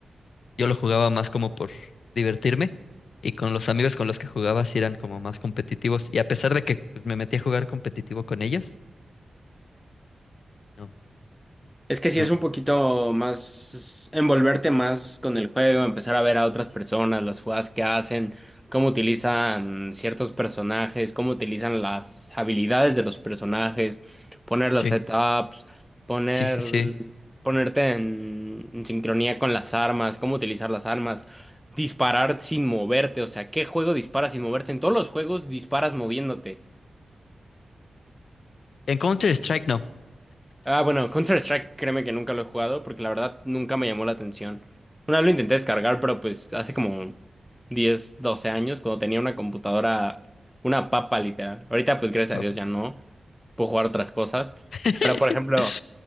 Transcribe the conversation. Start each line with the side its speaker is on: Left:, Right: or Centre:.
Left: yo lo jugaba más como por divertirme. Y con los amigos con los que jugaba sí eran como más competitivos. Y a pesar de que pues, me metí a jugar competitivo con ellos, no,
Centre: Es que
Left: no,
Centre: sí es un poquito más envolverte más con el juego, empezar a ver a otras personas, las jugadas que hacen, cómo utilizan ciertos personajes, cómo utilizan las habilidades de los personajes, poner los
Left: sí,
Centre: setups, poner,
Left: sí, sí, sí.
Centre: ponerte en, en sincronía con las armas, cómo utilizar las armas, disparar sin moverte, o sea, ¿qué juego disparas sin moverte? En todos los juegos disparas moviéndote.
Left: En Counter-Strike
Centre: Ah, bueno, Counter-Strike, créeme que nunca lo he jugado porque la verdad nunca me llamó la atención. Una vez lo intenté descargar, pero pues hace como 10, 12 años, cuando tenía una computadora, una papa literal. Ahorita pues gracias
Left: no.
Centre: a Dios ya no, puedo jugar otras cosas.
Left: <laughs>
Centre: Pero por ejemplo,